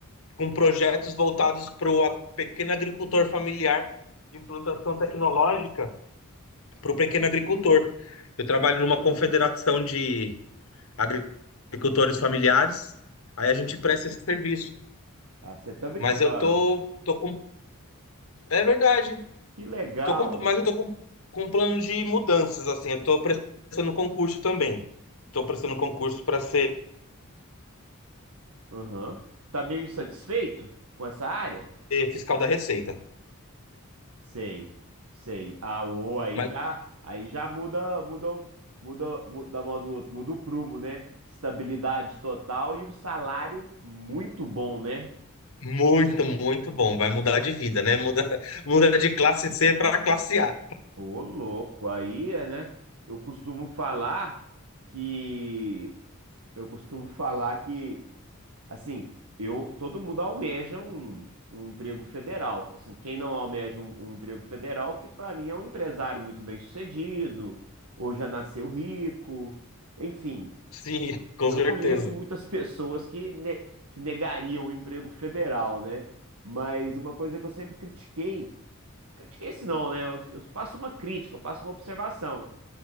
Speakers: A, on the left; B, on the right.
A: com projetos voltados para o pequeno agricultor familiar de implantação tecnológica para o pequeno agricultor. Eu trabalho numa confederação de agri- agricultores familiares, aí a gente presta esse serviço.
B: Ah, você tá brincando.
A: Mas eu tô, tô com. É verdade.
B: Que legal.
A: Tô com, mas eu tô com, com um plano de mudanças, assim. Eu tô prestando concurso também. Tô prestando concurso para ser
B: Aham. Tá meio insatisfeito com essa área?
A: fiscal da Receita.
B: Sei, sei. Ah, o aí
A: Mas
B: já, aí já muda, muda, o- muda, muda a mão do outro, muda o prumo, né? Estabilidade total e um salário muito bom, né?
A: muito, muito bom. Vai mudar de vida, né? Muda, <laughs> muda de classe C para classe A.
B: Ô, louco, aí, é, né? Eu costumo falar que eu costumo falar que Assim, eu, todo mundo almeja um, um emprego federal. Assim, quem não almeja um, um emprego federal, que para mim é um empresário muito bem-sucedido, ou já nasceu rico, enfim,
A: Sim, <laughs> com
B: não
A: certeza.
B: conheço muitas pessoas que, ne- que negariam o emprego federal, né? Mas uma coisa que eu sempre critiquei, critiquei se não, né? Eu, eu faço uma crítica, eu faço uma observação.